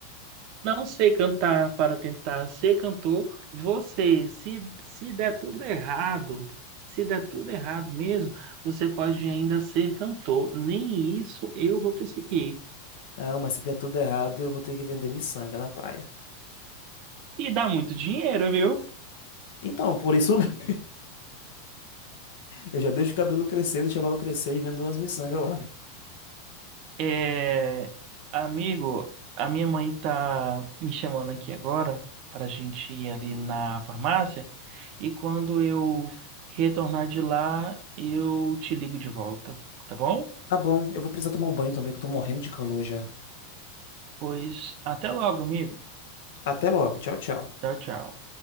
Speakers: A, on the right; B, on the left.
A: não sei cantar para tentar ser cantor. Você, se, se der tudo errado, se der tudo errado mesmo, você pode ainda ser cantor. Nem isso eu vou conseguir.
B: Ah, mas se der tudo errado, eu vou ter que vender miçanga na praia.
A: E dá muito dinheiro, viu?
B: Então, por isso <laughs> mesmo, eu já deixo o cabelo crescer, deixo a barba crescer e vendo umas miçangas lá.
A: É, amigo, a minha mãe tá me chamando aqui agora pra gente ir ali na farmácia e quando eu retornar de lá, eu te ligo de volta, tá bom?
B: Tá bom, eu vou precisar tomar um banho também, que eu tô morrendo de calor já.
A: Pois até logo, amigo.
B: Até logo, tchau, tchau.
A: Tchau, tchau.